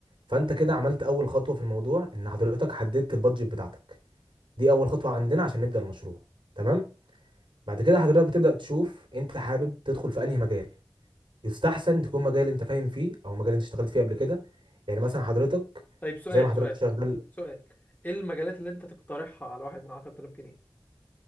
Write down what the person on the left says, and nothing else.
طيب سؤال
سؤال
سؤال إيه المجالات اللي أنت تقترحها على واحد مع عشرة آلاف جنيه؟